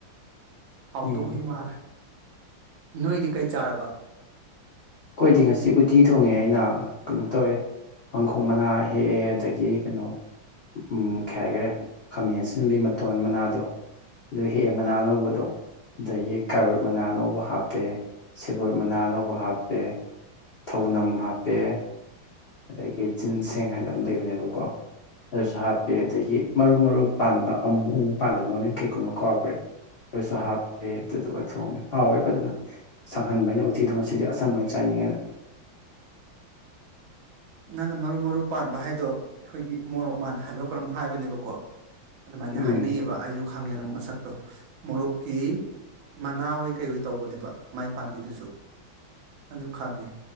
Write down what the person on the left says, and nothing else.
ꯎꯝ
ꯈꯣꯏꯗꯤ ꯉꯁꯤ ꯎꯇꯤ ꯊꯣꯡꯉꯦ ꯑꯩꯅ ꯀꯩꯅꯣ ꯇꯧꯋꯦ ꯄꯥꯡꯈꯣꯛ ꯃꯅꯥ ꯍꯦꯛꯑꯦ ꯑꯗꯒꯤ ꯀꯩꯅꯣ ꯎꯝ <unintelligible> ꯈꯥꯃꯦꯟ ꯑꯁꯤꯟꯕꯤ ꯃꯇꯣꯟ ꯃꯅꯥꯗꯣ ꯑꯥꯗꯨ ꯍꯦꯛꯑꯦ ꯃꯅꯥ ꯑꯅꯧꯕꯗꯣ ꯑꯥꯗꯒꯤ ꯀꯥꯔꯣꯠ ꯃꯅꯥ ꯑꯥꯅꯧꯕ ꯍꯥꯞꯄꯦ ꯁꯦꯕꯣꯠ ꯃꯅꯥ ꯑꯅꯧꯕ ꯍꯥꯞ ꯄꯦ ꯊꯧꯅꯝ ꯍꯥꯞꯄꯦ ꯑꯗꯒꯤ ꯖꯤꯟ ꯁꯦꯡ ꯍꯥꯏꯅ ꯑꯃ ꯂꯩꯕꯅꯦꯕꯀꯣ ꯑꯥꯗꯨꯁꯨ ꯍꯥꯞꯄꯦ ꯑꯗꯒꯤ ꯃꯔꯨ ꯃꯔꯨ ꯄꯥꯟꯕ ꯑꯃꯨ ꯄꯥꯟꯕꯗ ꯃꯃꯤꯡ ꯀꯩꯀꯧꯅꯣ ꯀꯥꯎꯒ꯭ꯔꯦ ꯑꯥꯗꯨꯁꯨ ꯍꯥꯞꯄꯦ ꯑꯗꯨꯗꯨꯒ ꯊꯣꯡꯉꯦ ꯍꯥꯎꯋꯦ ꯐꯖꯅ ꯁꯪꯍꯟꯕ ꯑꯩꯅ ꯎꯠꯇꯤꯗꯣ ꯉꯁꯤꯗꯤ ꯑꯥꯁꯪꯕ ꯑꯣꯏꯅ ꯆꯥꯅꯤꯡꯉꯦꯅ
ꯎꯝ